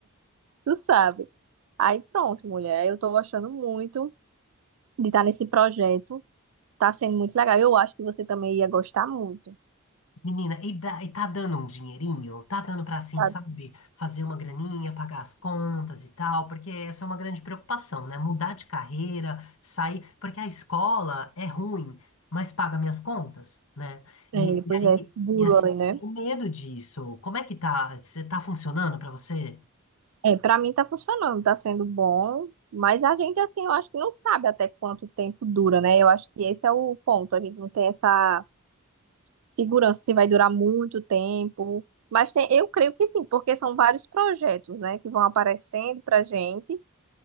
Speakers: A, on the right (about 75°); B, on the left (about 70°).
A: Tu sabe. Aí pronto, mulher, eu tô gostando muito de estar nesse projeto. Tá sendo muito legal. Eu acho que você também ia gostar muito,
B: Menina, e, dá, e tá dando um dinheirinho? Tá dando pra, assim,
A: sabe?
B: sabe, fazer uma graninha, pagar as contas e tal, porque essa é uma grande preocupação, né? Mudar de carreira, sair, porque a escola é ruim, mas paga minhas contas, né? E,
A: É,
B: e
A: pois
B: aí,
A: é, seguro
B: e assim,
A: ali, né?
B: tenho medo disso. Como é que tá? Você tá funcionando pra você?
A: É, pra mim tá funcionando, tá sendo bom. Mas a gente, assim, eu acho que não sabe até quanto tempo dura, né? Eu acho que esse é o ponto. A gente não tem essa segurança se vai durar muito tempo. Mas tem, eu creio que sim, porque são vários projetos, né, que vão aparecendo pra gente.